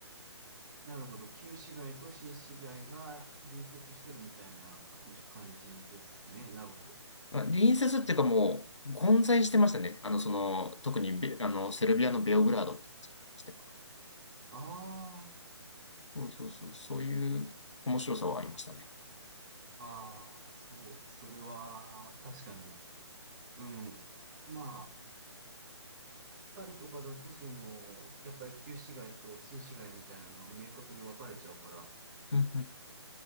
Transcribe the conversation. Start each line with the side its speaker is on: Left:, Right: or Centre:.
Right: なるほど。旧市街と新市街が隣接してるみたいなか感じですね。なるほど。
Left: まあ隣接っていうかもう、混在してましたね。あの、その、特にベ、あの、セルビアのベオグラードって街に関しては。
Right: あ
Left: そうそうそう、そういう面白さはありましたね。
Right: あ、ああ、そう、それは確かに。うん。まあ、パリとかだと、その、やっぱり旧市街と新市街みたいなのは明確に分かれちゃうから、
Left: うんうん。